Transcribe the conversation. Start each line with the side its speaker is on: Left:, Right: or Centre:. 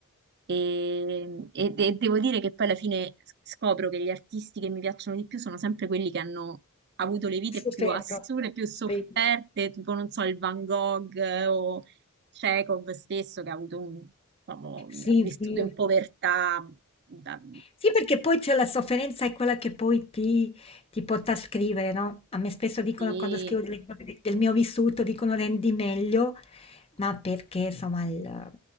Right: e, e de- devo dire che poi alla fine scopro che gli artisti che mi piacciono di più sono sempre quelli che hanno avuto le vite
Left: stupendo.
Right: più assurde, più sofferte,
Left: Stupendo.
Right: tipo non so, il Van Gogh eh, o Chekhov stesso che ha avuto un- diciamo,
Left: Sì,
Right: ha vissuto
Left: sì. sì.
Right: in povertà. da-
Left: Sì, perché poi c'è la sofferenza è quella che poi ti, ti porta a scrivere, no? A me spesso dicono
Right: e
Left: quando scrivo delle cose de- del mio vissuto, dicono rendi meglio, ma perché insomma il-